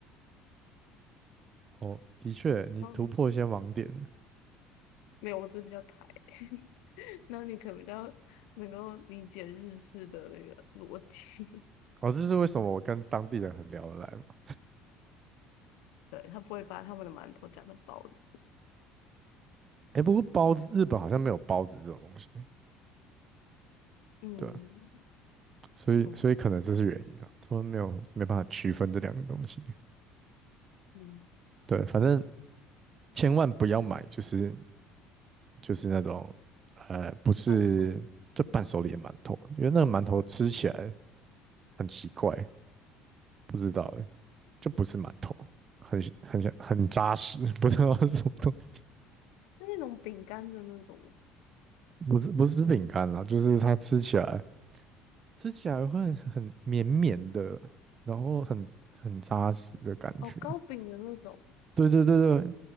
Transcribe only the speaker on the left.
包哦，没有，我只是比较台，<laughs> 那你可能比较能够理解日式的那个逻辑，
<laughs> 对，他不会把他们的馒头讲成包子，
嗯，
哦，
嗯，
半熟，
是那种饼干的那种吗？
哦，糕饼的那种，